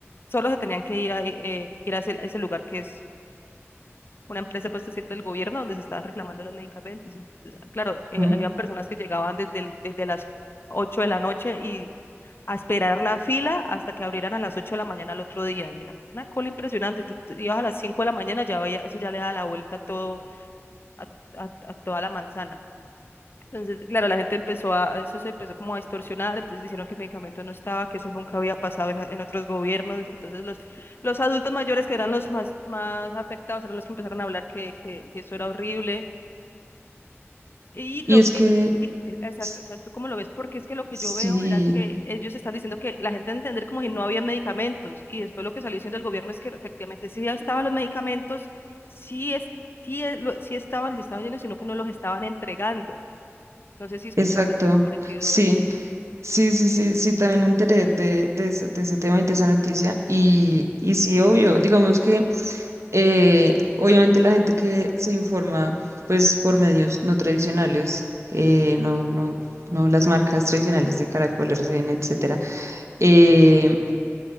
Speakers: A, on the left; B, on the right.
A: solo se tenían que ir a, eh, ir a ese, a ese lugar que es una empresa, pues, es cierto, del gobierno, donde se estaban reclamando los medicamentos. Entonces, claro,
B: ujú.
A: eh, habían personas que llegaban desde, el- desde las 8 de la noche y a esperar la fila hasta que abrieran a las 8 de la mañana al otro día. Y era una cola impresionante. Tú, tú ibas a las 5 de la mañana, ya veía, eso ya le da la vuelta a todo, a, a- a toda la manzana. Entonces, claro, la gente empezó a, eso se empezó como a distorsionar, entonces diciendo que el medicamento no estaba, que eso nunca había pasado en, en otros gobiernos. Entonces, los, los adultos mayores que eran los más, más afectados eran los que empezaron a hablar que, que, que eso era horrible. Y lo
B: Y es
A: que,
B: que,
A: sí, e- exacto,
B: s-
A: o sea, ¿tú cómo lo ves? Porque es que lo que
B: sí,
A: yo veo era que ellos están diciendo que la gente entender como si no había medicamentos. Y después lo que salió diciendo el gobierno es que efectivamente sí estaban los medicamentos, sí, es, sí, es- lo- sí estaban, sí estaban llenos, sino que no los estaban entregando. No sé si escuchaste
B: exacto,
A: algo parecido.
B: sí,
A: eh.
B: sí, sí, sí, sí, también me enteré de, de, ese, de ese tema y de esa noticia y, y sí, obvio, digamos que eh, obviamente la gente que se informa pues por medios no tradicionales, eh, no, no, no las marcas tradicionales de Caracol, RCN, etcétera, eh,